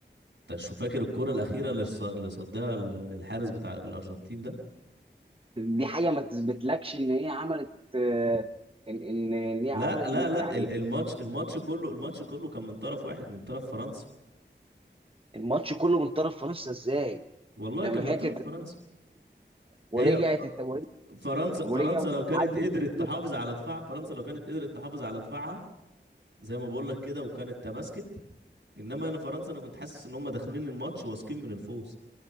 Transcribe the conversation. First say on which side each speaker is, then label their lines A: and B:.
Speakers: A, on the right; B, on the right.
A: انت شو فاكر الكرة الأخيرة اللي ص- اللي صدها ال- الحارس بتاع الأرجنتين ده
B: دي حاجه ما تثبتلكش ان هي عملت آه، ان ان إن هي
A: لا
B: عملت
A: لا
B: م-
A: لا
B: يعني
A: ال- الماتش الماتش كله الماتش كله كان من طرف واحد من طرف فرنسا
B: الماتش كله من طرف فرنسا ازاي
A: والله
B: لما
A: كان من
B: هي
A: طرف
B: كانت
A: فرنسا
B: ورجعت
A: هي
B: الت... ورجع
A: فرنسا
B: ورجع
A: فرنسا لو كانت
B: عدل
A: قدرت
B: فيه.
A: تحافظ على دفاع فرنسا لو كانت قدرت تحافظ على دفاعها زي ما بقول لك كده وكانت تماسكت انما انا فرنسا انا كنت حاسس ان هم داخلين الماتش واثقين من الفوز